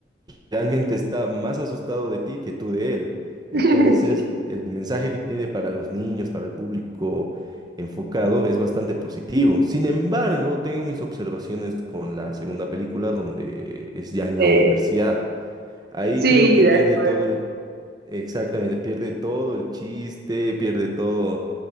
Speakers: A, on the right; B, on the right.
A: realmente está más asustado de ti que tú de él.
B: <laughs>
A: Entonces, el mensaje que tiene para los niños, para el público enfocado, es bastante positivo. Sin embargo, tengo mis observaciones con la segunda película, donde es ya en
B: Sí,
A: la
B: eh,
A: universidad. Ahí
B: sí,
A: creo que
B: de
A: pierde
B: acuerdo.
A: todo el, exactamente, pierde todo el chiste, pierde todo